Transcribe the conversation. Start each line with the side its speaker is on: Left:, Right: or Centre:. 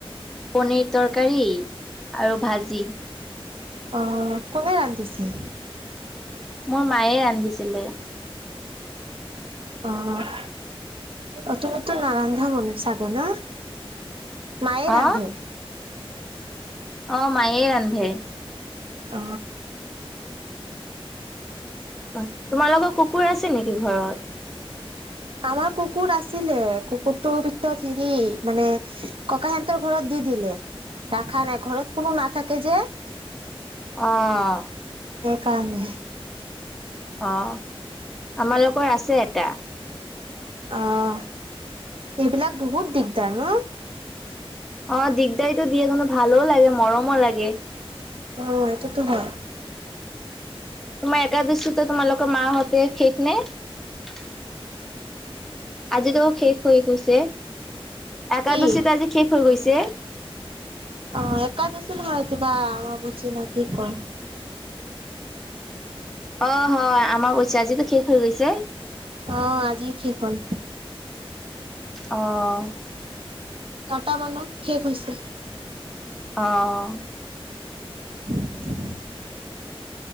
Centre: পনীৰ তৰকাৰী আৰু ভাজি।
Right: আহ' কোনে ৰান্ধিছিল?
Centre: মোৰ মায়ে ৰান্ধিছিলে।
Right: অ' তুমি তো নাৰান্ধা মনে চাগ ন? মায়ে
Centre: অ
Right: ৰান্ধে।
Centre: অ' মায়ে ৰান্ধে।
Right: অ।
Centre: অ' তোমাৰ লোকৰ কুকুৰ আছে নেকি ঘৰত?
Right: আমাৰ কুকুৰ আছিলে, কুকুৰটোৰ পিছত হেৰি মানে ককাহতৰ ঘৰত দি- দিলে, ৰাখা নাই ঘৰত কোনো নাথাকে যে।
Centre: অ'।
Right: কানে
Centre: অ' আমালোকৰ আছে এটা।
Right: অ' এইবিলাক বহুত দিগদাৰ ন?
Centre: অ' দিগদাৰিটো দিয়ে, ভালো লাগে মৰমো লাগে।
Right: অ' এটোতো হয়।
Centre: তোমাৰ এটা দশিত তোমালোকৰ মাহঁতে <unintelligible> আজিটো শেষ হৈ গৈছে। একাদশীতো
Right: কি
Centre: আজি শেষ হৈ গৈছে।
Right: অ' একাদশী মই কিবা <unintelligible> বুজি নে কি কয়?
Centre: অ' হয়। আমাৰ কৈছে আজিতো শেষ হৈ গৈছে।
Right: অ' আজি শেষ হ'ল।
Centre: অ'।
Right: দহটা মানত শেষ হৈছে।
Centre: অ'।
Right: <inaudible>